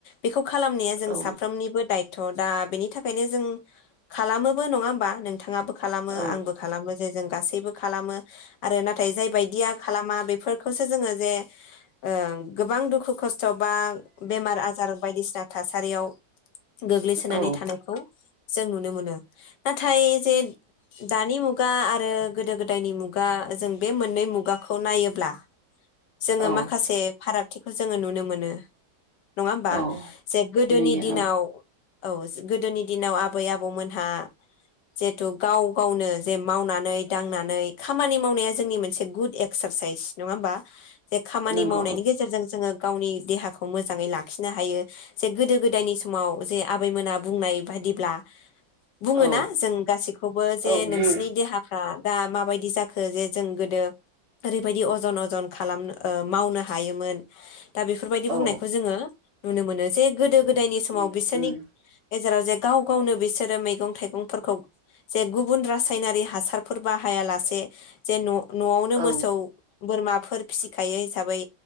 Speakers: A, on the left; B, on the right.
A: बे खौ खालामनाया जों
B: औ
A: साफ्रोमनिबो दाय थ' दा बेनि थाख बखायनो जों खालामोबो नङा होमबा नोंथाङाबो खालामो
B: औ
A: आंबो खालामो जे जों गासैबो खालामो आरो नाथाय जाय बायदिया खालामा बे बफोरखौसो जोङो जे ओ गोबां दुखु खस्थ' बा बेमार आजार बायदिसिना थासारियाव गोग्लैसोनानै
B: औ
A: थानायख जों नुनो मोनो ना थाइ जे दानि मुगायाव मुगा आरो गोदो गोदायनि मुगा जों बे मोननै मुगाखौ नायोब्ला जोङो
B: औ
A: माखासे फारागथि खौ जोङो नुनो मोनो नङा होमबा
B: औ
A: जे गोदोनि
B: नुयो
A: दिनाव
B: औ
A: औ <unintelligible> गोदोनि दिनाव आबै आबौमोनहा जिहेथु गाव गावनो जे मावनानै दांनानै खामानि मावनाया जोंनि मोनसे गुड एक्सारसाइस नङा होमबा जे खामानि
B: नंगौ
A: मावनायनि गेजेरजों जोङो गावनि देहाखौ मोजाङै लाखिनो हायो जे गोदो गोदायनि समाव जे आबैमोना बुंनाय बादिब्ला बुङोना
B: औ
A: जों गासैखौबो जे
B: औ
A: नोंसिनि
B: बुं
A: देहाफ्रा दा माबायदि जाखो जे जों गोदो ओरैबायदि अजन अजन खालामनो मावनो हायोमोन दा बेफोरबायदि बुंनायखौ
B: औ
A: जोङो नुनो मोनो जे गोदो गोदायनि समाव
B: नुयो
A: बिसोरनि
B: उम
A: गेजेराव जे गाव गावनो बिसोरो मैगं थाइगंफोरखौ जे गुबुन रासायनारि हासारफोर बाहायालासे जे न' न'आवनो
B: औ
A: मोसौ बोरमाफोर फिसिखायो हिसाबै